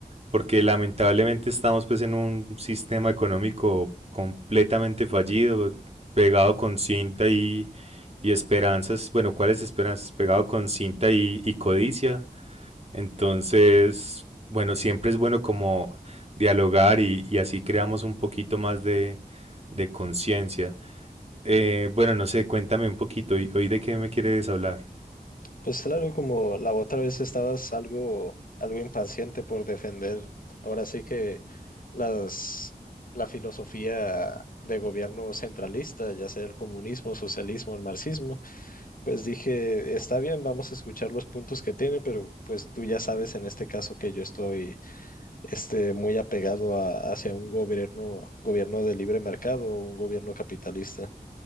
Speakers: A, on the right (about 40°); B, on the left (about 60°).
A: porque lamentablemente estamos pues en un sistema económico completamente fallido, eh, pegado con cinta y, y esperanzas, bueno, ¿cuáles esperanzas? Pegado con cinta y, y codicia. Entonces, bueno, siempre es bueno como dialogar y, y así creamos un poquito más de, de conciencia. Eh, bueno, no sé, cuéntame un poquito, ¿y- ¿hoy de qué me quieres hablar?
B: Pues claro, como la otra vez estabas algo, algo impaciente por defender, ahora sí que las, la filosofía de gobierno centralista, ya sea el comunismo, socialismo, el marxismo. Pues dije, está bien, vamos a escuchar los puntos que tiene, pero pues tú ya sabes en este caso que yo estoy este, muy apegado a- hacia un gobierno, gobierno de libre mercado, un gobierno capitalista.